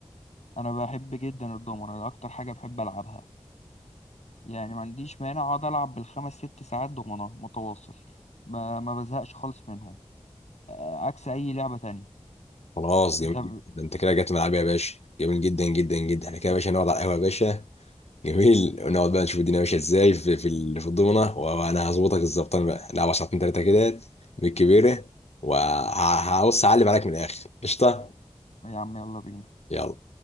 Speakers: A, on the left; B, on the left.
A: انا بحب جدا الدومنه ده اكتر حاجه بحب العبها يعني ما عنديش مانع اقعد العب بالخمس ست ساعات دومنه متواصل ما, ما بزهقش خالص منها آه، عكس اي لعبه تانية
B: خلاص
A: انت
B: جميل
A: ب...
B: جدا ده انت كده جت ملعبي يا باشا جميل جدا جدا جدا احنا كده يا باشا نقعد على القهوه يا باشا جميل ونقعد بقى نشوف الدنيا ماشيه ازاي في في ال- في الضمنه وانا هظبطك الزبطان بقى نلعب ساعتين ثلاثه كده بالكبيره وهبص اعلم عليك من الاخر قشطه
A: يا عم يلا بينا
B: يلا